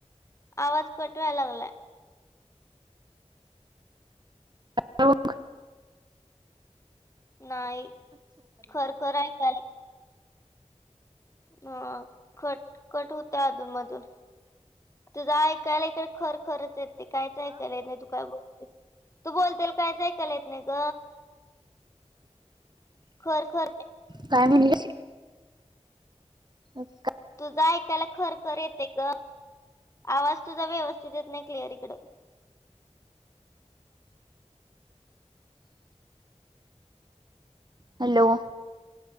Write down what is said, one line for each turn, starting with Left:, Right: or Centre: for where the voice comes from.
Left: आवाज कट व्हाय लागलाय.
Right: आता बघ.
Left: नाही. खरखर ऐकायलाय. हं. खट कट होत त अधून मधून. तुझं ऐकायला इकडं खरखरच येत. ते काहीच ऐकायला येत नाही, तू काय बोलते. तू बोलतेल कायच ऐकायला येत नाही ग. खरखर
Right: काय म्हणलीस? <unintelligible>
Left: तुझं ऐकायला खरखर येते ग. आवाज तुझा व्यवस्थित येत नाही क्लिअर इकडं.
Right: हॅलो,